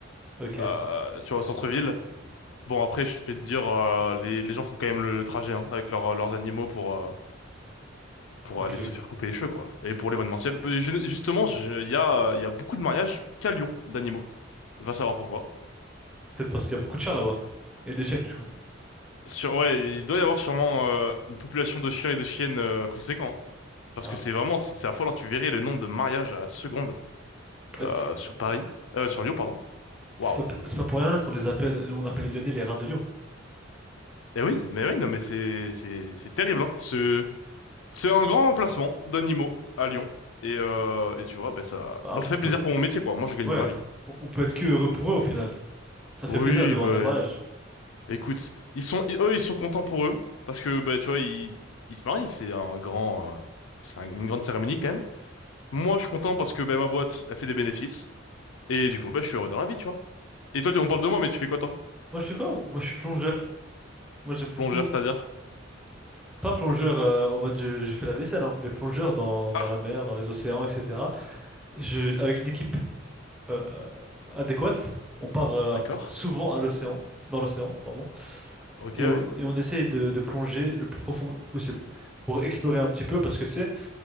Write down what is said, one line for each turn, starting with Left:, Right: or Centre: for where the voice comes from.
Centre: Ok,
Left: euh, tu vois, au centre-ville. Bon, après, je vais te dire, euh, les, les gens font quand même le, le trajet hein, avec leurs leurs animaux pour, euh, pour
Centre: ok.
Left: aller se faire couper les cheveux, quoi. Et pour l'événementiel, ben, je- justement, je- il y a, euh, il y a beaucoup de mariages qu'à Lyon d'animaux. Va savoir pourquoi.
Centre: Peut-être parce qu'il y a beaucoup
Left: C'est-
Centre: de chiens là-bas. Et des chiennes, du coup.
Left: Sur, ouais, il doit y avoir sûrement euh, une population de chiens et de chiennes euh, conséquent. Parce
Centre: Ah.
Left: que c'est vraiment, c'est c'est affolant. Tu verrais le nombre de mariages à la seconde
Centre: Ouais.
Left: euh, sur Paris, euh, sur Lyon, pardon. Waouh.
Centre: C'est pas, pour- c'est pas pour rien qu'on les appelle... On appelle les Lyonnais les rats de Lyon.
Left: Eh oui, mais oui, non, mais c'est c'est c'est terrible, hein. Ce C'est un grand emplacement d'animaux à Lyon. Et, euh, et tu vois, ben ça,
Centre: Bah,
Left: bah ça
Centre: on
Left: fait
Centre: peut...
Left: plaisir pour mon métier, quoi. Moi, je gagne
Centre: Ouais.
Left: bien ma vie.
Centre: On on peut être que heureux pour eux, au final. Ça fait
Left: Oui,
Centre: plaisir de voir
Left: bah,
Centre: des mariages.
Left: écoute, ils sont, ils- eux, ils sont contents pour eux. Parce que, bah, tu vois, ils, ils se marient. C'est un grand, euh, c'est un- une grande cérémonie, quand même. Moi, je suis content parce que, ben ma boîte, elle fait des bénéfices. Et du coup, bah, je suis heureux dans la vie, tu vois. Et toi, tu- on parle de moi, mais tu fais quoi, toi?
Centre: Moi, je fais quoi? Moi, je suis plongeur. Moi, j'aime beaucoup,
Left: Plongeur, c'est-à-dire?
Centre: pas plongeur euh, en mode je, je fais la vaisselle, hein, mais plongeur dans, dans
Left: Ah,
Centre: la mer, dans les océans, etc. Je, avec une équipe euh, euh, adéquate, on part euh,
Left: d'accord.
Centre: souvent à l'océan, dans l'océan, pardon,
Left: Ok,
Centre: et
Left: oui.
Centre: on, et on essaye de, de plonger le plus profond possible pour explorer un petit peu, parce que tu sais,